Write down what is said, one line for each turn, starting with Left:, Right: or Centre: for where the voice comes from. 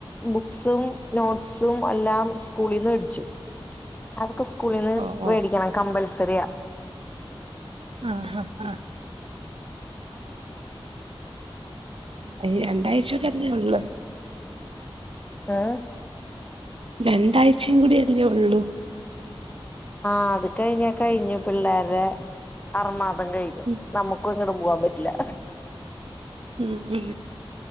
Left: ബുക്സും നോട്സും എല്ലാം സ്കൂളിൽന്ന് വേടിച്ചു അതൊക്കെ സ്കൂളിൽ നിന്ന്
Right: ഓ ഓ
Left: മേടിക്കണം കമ്പ ശരിയാ
Right: ആഹ ആഹ് ആഹ ഹ രണ്ടാഴ്ചയക്ക തന്നെയ ഉള്ളു
Left: ആഹ
Right: രണ്ടാഴ്ചയും കൂടി അല്ലേ ഉള്ളു
Left: ആഹ അത് കഴിഞ്ഞ കഴിഞ്ഞു പിള്ളേരുടെ ആറ <unintelligible>
Right: ഉം
Left: നമുക്കും ഇങ്ങനും പൂവാൻ പറ്റും <unintelligible>
Right: ഉം ഉ